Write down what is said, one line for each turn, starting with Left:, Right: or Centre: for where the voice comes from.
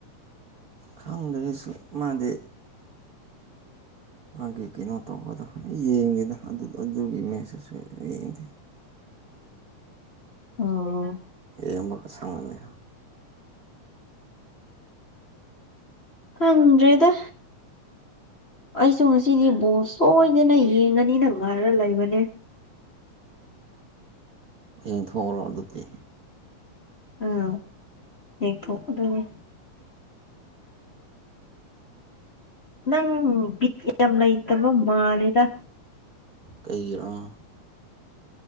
Right: ꯈꯪꯗꯔꯦ ꯑꯩꯁꯨ ꯃꯥꯗꯤ ꯃꯥꯒꯤ ꯀꯩꯅꯣ ꯇꯧꯕꯗꯣ ꯌꯦꯡꯗꯦꯗ ꯑꯗꯨ ꯑꯗꯨꯒꯤ ꯃꯦꯆꯁꯨ ꯌꯦꯡꯗꯦ
Left: ꯑꯣ
Right: ꯌꯦꯕꯒ ꯁꯥꯡꯅꯦ
Left: ꯈꯪꯗ꯭ꯔꯦꯗ ꯑꯩꯁꯨ ꯉꯁꯤꯗꯤ ꯕꯜ ꯁꯣꯏꯗꯅ ꯌꯦꯡꯉꯅꯤꯅ ꯉꯥꯏꯔ ꯂꯩꯕꯅꯦ
Right: ꯌꯦꯡꯊꯣꯛꯎꯔꯣ ꯑꯗꯨꯗꯤ
Left: ꯑꯥ ꯌꯦꯡꯊꯣꯛ ꯑꯗꯣꯏꯅꯤ ꯅꯪ ꯕꯤꯠ ꯌꯥꯝ ꯂꯩꯇꯕ ꯃꯥꯜꯂꯦꯗ
Right: ꯀꯩꯒꯤꯔꯣ